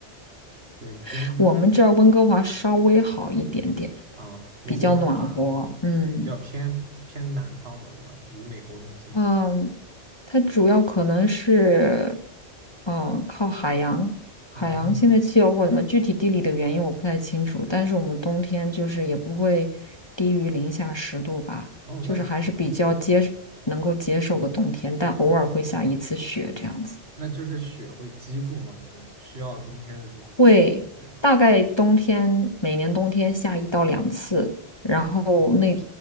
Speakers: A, on the right; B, on the left.
A: 对，
B: <laughs>
A: 跟
B: 我们这儿温哥华稍微好一点点，
A: 啊温哥华
B: 比较暖和。嗯，
A: 比较偏偏南方嘛，对吧？离美国很近。
B: 嗯，它主要可能是，嗯，靠海洋、海洋性的气候或者什么具体地理的原因我不太清楚，
A: 哦
B: 但是我们冬天就是也不会低于零下十度吧，
A: 哦，
B: 就是还是比较接能够接受的冬天，
A: 那挺好的。
B: 但偶尔会下一次雪这样子。
A: 那就是雪会积住吗？你们需要冬天的时候扫雪吗？
B: 会大概冬天每年冬天下一到两次，然后那
A: 哦